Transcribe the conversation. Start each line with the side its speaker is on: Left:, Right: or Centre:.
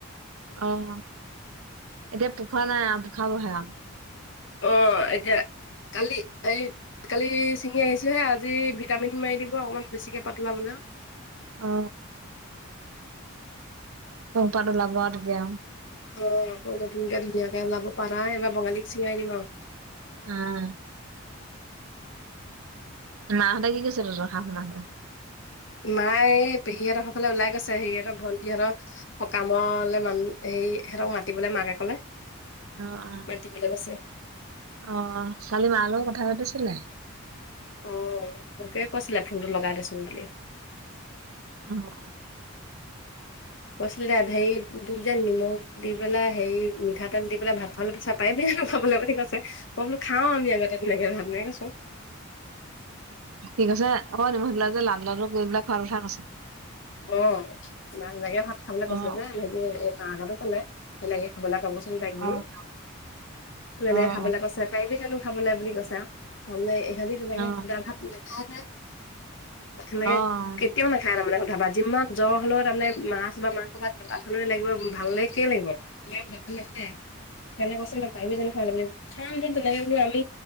Right: অঁ এতিয়া পোখা নাই আৰু পোখাবহে আৰু
Left: অঁ এতিয়া কালি এই কালি ছিঙি আহিছেহে আজি ভিটামিন মাৰি দিব অকমান বেছিকে পাত ওলাবলে।
Right: অ', অঁ পাত ওলাব আৰু তেতিয়া।
Left: অঁ আকৌ নতুনকে ধুনীয়াকে ওলাব পাতা এইবাৰ বঙালীক ছিঙাই দিম আৰু।
Right: আঁহ। মাহঁতে কি কৰি তহঁতৰ শাহু মাহঁতে?
Left: মাই এই পেহী হঁতৰ ঘৰ ফালে ওলাই গৈছে হেৰি হঁতৰ ভণ্টিহঁতৰ সকামলে মানুহ হে সিহঁতক মাতিবলে মাকে কলে।
Right: অঁ আঁ।
Left: মাতিবলৈ গৈছে।
Right: অঁ' কালি মাৰ লগত কথা পাতিছিলা?
Left: অ' মোকে কৈছিলে ফোনটো লগাই দেচোন বুলি।
Right: অঁ।
Left: কৈছিলে হেৰি তোক যে নিমখ দি পেলাই হেৰি মিঠাতেল দি পেলাই ভাত <unintelligible> পাৰিবি নাই খাবলৈ বুলি কৈছে, মই বোলো খাওঁ আগতে তেনেকে ভাত এনেকে কৈছো।
Right: সি কৈছে ঐ <unintelligible> লাডু লাডু কৰি পেলাই খোৱাৰ কথা কৈছে।
Left: অঁ মাক দেউতাকে ভাত খাবলৈ
Right: অ',
Left: কৈছে যে সেইয়ে এই মাকহঁতো ক'লে। এনেকে খাবলৈ কাবচোন তাইক বুলি
Right: অ',
Left: তোক
Right: অ',
Left: এনেকে খাবলৈ
Right: অ',
Left: কৈছে পাৰিবি জানো খাবলে বুলি কৈছে আৰু, তাৰমানে ইহঁতি তেনেকে
Right: অ',
Left: শুদা ভাত নেখাই যে। সেনেকে
Right: অ',
Left: কেতিয়াও নাখায় তাৰমানে শুদা ভাত। যিমান জ্বৰ হ'লেও তাৰমানে মাছ বা মাংস ভাত <unintelligible> লাগিব ভালেকে লাগিব। <unintelligible> খামটো তেনেকে বলো আমি